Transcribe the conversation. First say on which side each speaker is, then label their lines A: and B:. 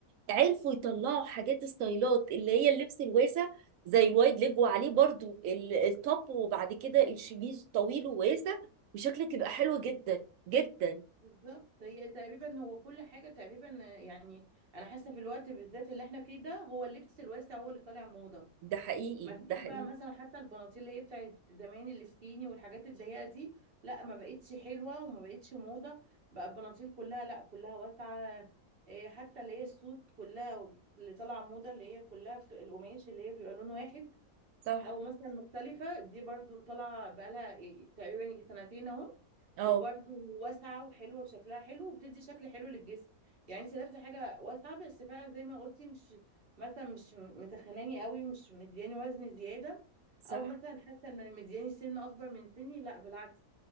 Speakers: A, on the right; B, on the right.
A: عرفوا يطلعوا حاجات ستايلات اللي هي اللبس الواسع زي الوايد ليج وعليه برضو ال- التوب وبعد كده الشميز طويل وواسع وشكلك يبقى حلو جدا جدا
B: بالظبط هي تقريبا هو كل حاجة تقريبا يعني أنا حاسة في الوقت بالذات اللي احنا فيه ده هو اللبس الواسع هو اللي طالع موضة
A: ده حقيقي
B: ما فيش
A: ده حقيقي
B: بقى مثلا حتى البناطيل اللي هي بتاعت زمان السكيني والحاجات الضيقة دي لا ما بقتش حلوة وما بقتش موضة بقى البناطيل كلها لا كلها واسعة إيه، حتى اللي هي السوت كلها اللي طالعة موضة اللي هي كلها بت- القماش اللي هي بيبقى لون واحد
A: صح
B: او مثلا مختلفة دي برضو طالعة بقالها إيه تقريبا يجي سنتين اهو
A: اه
B: وبرضو واسعة وحلوة وشكلها حلو وبتدي شكل حلو للجسم يعني انت لابسة حاجة واسعة بس فعلا زي ما قلتي مش مثلا مش متخناني قوي مش مدياني وزن زيادة
A: صح
B: او مثلا حاسة ان مدياني سن اكبر من سني لا بالعكس